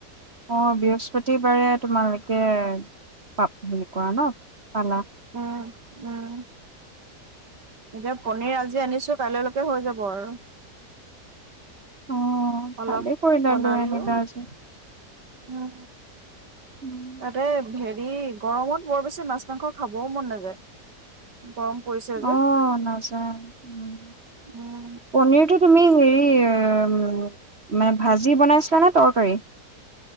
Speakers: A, on the right (about 40°); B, on the right (about 80°).
A: অ বৃহস্পতিবাৰে তোমালোকে পাপ হেৰি কৰা ন, পালা।
B: উম উম এতিয়া পনিৰ আজি আনিছো কাইলৈ লৈকে হৈ যাব আৰু।
A: অ',
B: অলপ
A: ভালেই কৰিলা
B: বনালো
A: লৈ আনিলা আজি।
B: উম।
A: উম।
B: তাতে হেৰি গৰমত বৰ বেছি মাছ মাংস খাবও মন নাযায়। গৰম পৰিছে যে
A: অ নাযায় উম।
B: উম
A: পনীৰটো তুমি হেৰি মানে ভাজি বনাইছিলা নে তৰকাৰী?